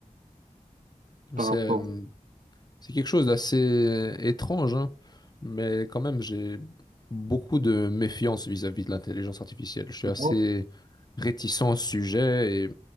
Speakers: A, on the right; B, on the left.
A: Par
B: C'est
A: rapport
B: c'est quelque chose d'assez étrange, hein, mais quand même, j'ai beaucoup de méfiance vis-à-vis de l'intelligence artificielle. Je suis assez
A: moi,
B: réticent au sujet et